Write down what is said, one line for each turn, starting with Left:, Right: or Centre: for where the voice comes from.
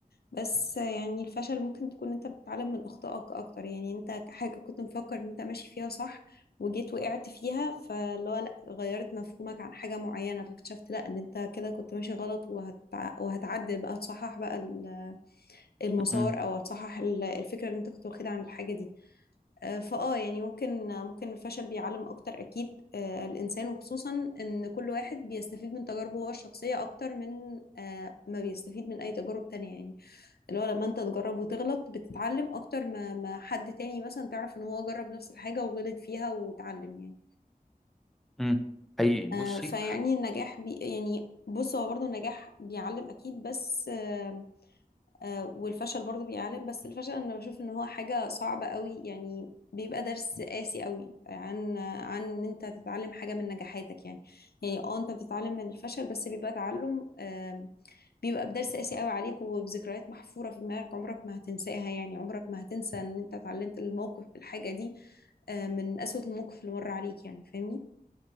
Left: بس آه، يعني الفشل ممكن تكون انت بتتعلم من اخطائك اكتر يعني انت حاجة كنت مفكر ان انت ماشي فيها صح وجيت وقعت فيها فاللي هو لا غيرت مفهومك عن حاجة معينة فاكتشفت لا ان انت كده كنت ماشي غلط وهت... وهتعدل بقى تصحح بقى ال- المسار
Centre: مم.
Left: او هتصحح ال- الفكرة اللي انت كنت واخدها عن الحاجة دي آه، فاه يعني ممكن ممكن الفشل بيعلم اكتر اكيد آه، الانسان وخصوصا ان كل واحد بيستفيد من تجاربه هو الشخصيه اكتر من آه، ما بيستفيد من اي تجارب تانية يعني اللي هو لما انت تجرب وتغلط بتتعلم اكتر ما ما حد تاني مثلا تعرف ان هو جرب نفس الحاجه وغلط فيها وتعلم يعني
Centre: امم حقيقي بصي
Left: آه، فيعني النجاح بي يعني بص هو برضو النجاح بيعلم اكيد بس آه، آه، والفشل برضو بيعلم بس الفشل انا بشوف ان هو حاجة صعبة قوي يعني بيبقى درس قاسي قوي عن عن ان انت تتعلم حاجة من نجاحاتك يعني يعني اه انت بتتعلم من الفشل بس بيبقى تعلم آم، بيبقى بدرس قاسي قوي عليك وبذكريات محفورة في دماغك عمرك ما هتنساها يعني عمرك ما هتنسى ان انت اتعلمت الموقف الحاجة دي آه، من أسوأ الموقف اللي مر عليك يعني فاهمني